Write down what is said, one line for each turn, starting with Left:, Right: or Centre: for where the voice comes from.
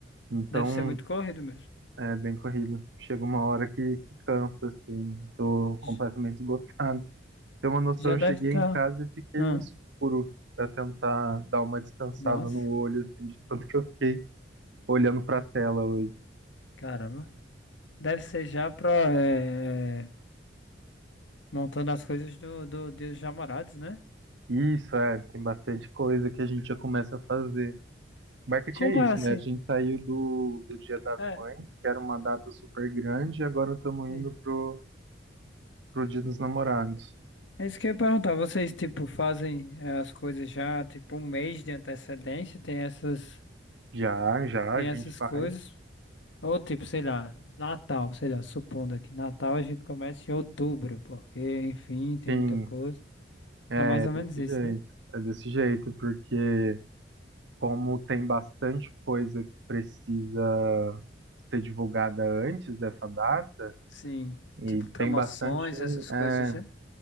Right: Então,
Left: Deve ser muito corrido mesmo.
Right: é bem corrido. Chega uma hora que, que cansa, assim, tô completamente
Left: J-
Right: <laughs> esgotado. Tem uma noção,
Left: Já
Right: eu
Left: deve
Right: cheguei
Left: estar.
Right: em casa e fiquei
Left: Ah,
Right: no escuro para tentar dar uma descansada
Left: nossa,
Right: no olho, assim, de tanto que eu fiquei olhando para a tela hoje.
Left: caramba. Deve ser já pra. é, é, montando as coisas do, do Dia dos Namorados, né?
Right: Isso, é, tem bastante coisa que a gente já começa a fazer. Marketing
Left: Como
Right: é isso,
Left: é assim?
Right: né? A gente saiu do, do Dia das
Left: É,
Right: Mães, que era uma data super grande, e agora estamos
Left: sim.
Right: indo pro, pro Dia dos Namorados.
Left: É isso que eu ia perguntar. Vocês, tipo, fazem é, as coisas já, tipo, um mês de antecedência? Tem essas,
Right: Já, já,
Left: tem
Right: a gente
Left: essas
Right: faz.
Left: coisas? Ou tipo, sei lá, Natal, sei lá, supondo aqui, Natal a gente começa em outubro, porque, enfim, tem
Right: Sim,
Left: muita coisa.
Right: é
Left: É mais ou
Right: desse
Left: menos isso,
Right: jeito.
Left: né?
Right: É desse jeito, porque como tem bastante coisa que precisa ser divulgada antes dessa data,
Left: Sim,
Right: e
Left: tipo promoções,
Right: tem bastante,
Left: essas
Right: é,
Left: coisas, né?